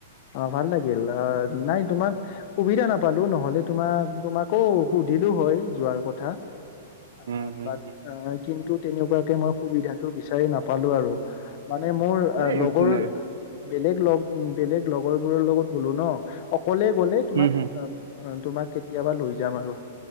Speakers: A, on the left; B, on the right.
A: অ ভাল লাগিল অ নাই তোমাক সুবিধা নাপালো নহলে তোমাক তোমাকো সুধ ধিলো হয় যোৱাৰ কথা। আহ
B: উম হুম
A: বাট
B: হুম
A: কিন্তু তেনেকুৱাকে মই সুবিধাটো বিচাৰি নাপালো আৰু মানে মোৰ
B: এ
A: লগৰ
B: একো নাই।
A: বেলেগ লগ বেলেগ লগৰ বোৰৰ লগত ব'লো ন কলে গ'লে তোমাক
B: উম হুম
A: তোমাক কেতিয়াবা লৈ যাম আৰু